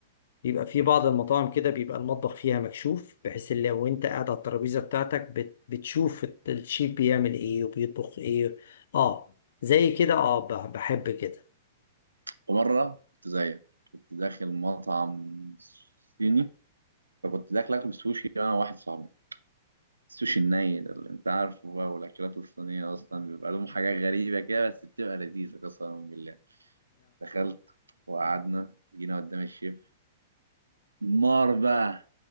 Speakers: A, on the left; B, on the right.
A: بيبقى في بعض المطاعم كده بيبقى المطبخ فيها مكشوف بحيث إن لو انت قاعد على الترابيزه بتاعتك بت بتشوف الشيف بيعمل ايه وبيطبخ ايه اه زي كده اه بح- بحب كده
B: ومره كنت زيك كنت داخل مطعم صيني فكنت داخل اكل سوشي انا واحد صاحبي السوشي الني ده اللي انت عارفه بقى والاكلات الصينيه اصلا بيبقى لهم حاجات غريبه كده بس بتبقى لذيذه قسما بالله دخلت وقعدنا جينا قدام الشيف نار بقى